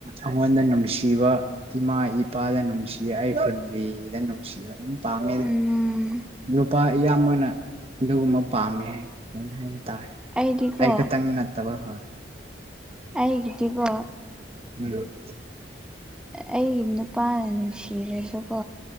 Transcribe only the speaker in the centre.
ꯎꯝ
ꯑꯩꯗꯤꯀꯣ
ꯑꯩꯒꯤꯗꯤꯀꯣ
ꯑꯩꯒꯤ ꯅꯨꯄꯥꯅ ꯅꯨꯡꯁꯤꯔꯁꯨꯀꯣ